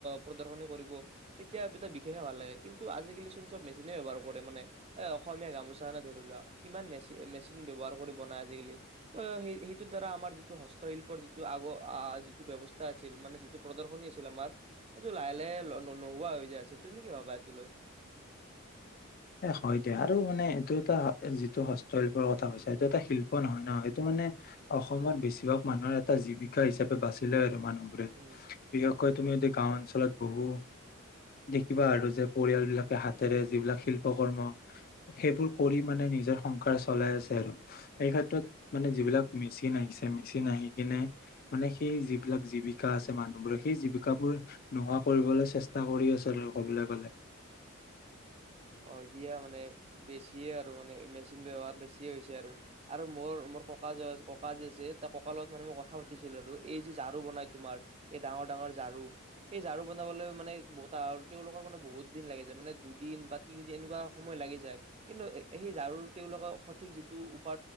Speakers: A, on the right (about 30°); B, on the left (about 45°).
A: প্ৰদৰ্শনী কৰিব তেতিয়া এটা বিশেষে ভাল লাগে কিন্তু আজিকালি চোন চব মেচিনেব্যৱহাৰ কৰে মানে এ অসমীয়া গামোচাখনে ধৰি লোৱা কিমান মেচিন মেচিন ব্যৱহাৰ কৰিব না আজিকালি। ত' সেই-সেইটোৰ দ্বাৰা আমাৰ যিটো হস্তশিল্পৰ যিটো আগৰ-আ, যিটো ব্যৱস্থা আছিল মানে যিটো প্ৰদৰ্শনী আছিল, আমাৰ সেইটো লাহে, লাহে লো-নোহোৱা হৈ যায় আছে তুমি কি ভাবা এইটো লৈ?
B: এ হয়, দিয়া আৰু মানে এইটো এটা যিটো হস্তশিল্পৰ কথা হৈছে এইটো এটা শিল্প নহয় ন! এটো মানে অসমত বেছিভাগ মানুহৰ এটা জীৱিকা হিচাপে বাচিলে আৰু মানুহ বোলে
A: উম।
B: <unintelligible> কয় তুমি যদি গাওঁ অঞ্চলত বহু দেখিবা আৰু যে, পৰিয়াল বিলাকে হাতেৰে যিবিলাক শিল পকৰ্ম সেইবোৰ কৰি মানে নিজৰ সংসাৰ চলাই আছে আৰু, এই ক্ষেত্ৰত মানে যিবিলাক মেচিন আহিছে, মেচিন আহি কিনে মানে সেই যিবিলাক জীৱিকা আছ মানুহবোৰে সেই জীৱিকাবোৰ নোহোৱা কৰিবলৈ চেষ্টা কৰি আছে আৰু ক'বলৈ গ'লে।
A: অ', দিয়া মানে বেছিয়ে আৰু মানে মেচিন ব্যৱহাৰ বেছিয়ে হৈছে আৰু মোৰ, মোৰ ককা যে, ককা যে, আছে ত' ককা লগত মানে মই কথা পাতিছিলোঁ আৰু এই যে, ঝাৰু বনাই তোমাৰ এই ডাঙৰ, ডাঙৰ ঝাৰু, এই ঝাৰু বনাবলৈ মানে <unintelligible> তেওঁলোকৰ মানে বহুত দিন লাগি যায় মানে দুদিন বা তিনিদিন এনেকুৱা সময় লাগি যায়, কিন্তু সেই ঝাৰুৰ তেওঁলোকৰ সঠিক যিটো উপা